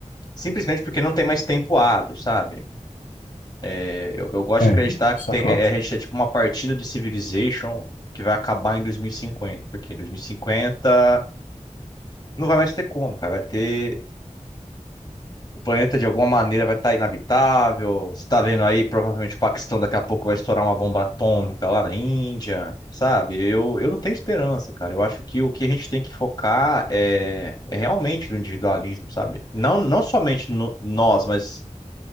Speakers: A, on the left; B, on the left.
A: simplesmente porque não tem mais tempo hábil, sabe? É, Eu, eu gosto
B: É,
A: de acreditar que
B: isso
A: tem,
B: é fato.
A: é, é- a gente é tipo uma partida de Civilization que vai acabar em 2050, porque 2050. Não vai mais ter como, cara. Vai ter. O planeta de alguma maneira vai estar inabitável. Você tá vendo aí, provavelmente o Paquistão daqui a pouco vai estourar uma bomba atômica lá na Índia, sabe? Eu, eu não tenho esperança, cara. Eu acho que o que a gente tem que focar é, é realmente no individualismo, sabe? Não, não somente no, nós, mas